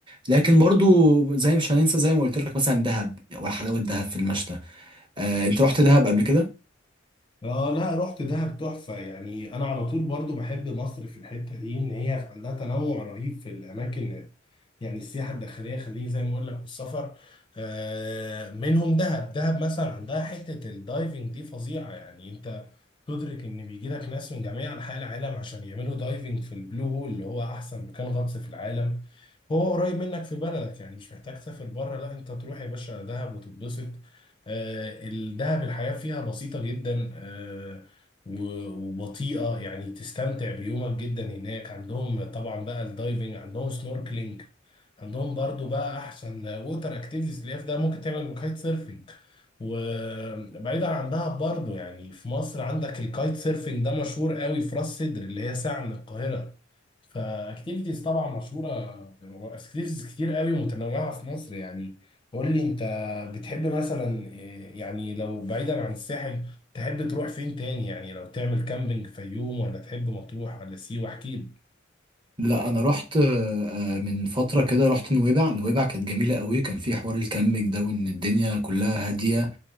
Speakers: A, on the right (about 25°); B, on the left (about 25°).
A: لكن برضو زي مش هننسى زي ما قلت لك مثلا دهب وحلاوة دهب في المشتى آه، انت رحت دهب قبل كده؟
B: اه لا رحت دهب تحفة يعني انا على طول برضو بحب مصر في الحتة دي ان هي عندها تنوع رهيب في الاماكن يعني السياحة الداخلية خليه زي ما اقول لك والسفر آه منهم دهب دهب مثلا عندها حتة الدايفنج دي فظيعة يعني انت تدرك ان بيجي لك ناس من جميع انحاء العالم عشان يعملوا دايفنج في البلو هول اللي هو احسن مكان غطس في العالم هو قريب منك في بلدك يعني مش محتاج تسافر بره لا انت تروح يا باشا دهب وتتبسط آه الدهب الحياة فيها بسيطة جدا آه و- وبطيئة يعني تستمتع بيومك جدا هناك عندهم طبعا بقى الدايفنج عندهم سنوركلينج عندهم برضو بقى احسن ووتر اكتيفيتيز اللي هي في ده ممكن تعمل كايت سيرفنج وبعيدا عندها برضو يعني في مصر عندك الكايت سيرفينج ده مشهور قوي في راس سدر اللي هي ساعة من القاهرة فاكتيفيتيز طبعا مشهورة اكتيفيتيز كتير قوي متنوعة في مصر يعني قول لي انت بتحب مثلا إيه، يعني لو بعيدا عن الساحل تحب تروح فين تاني يعني لو تعمل كامبينج في يوم ولا تحب مطروح ولا سيوة احكي لي
A: لا انا رحت آه، آه، من فتره كده رحت نويبع نويبع كانت جميله قوي كان في حوار الكامبينج ده وان الدنيا كلها هاديه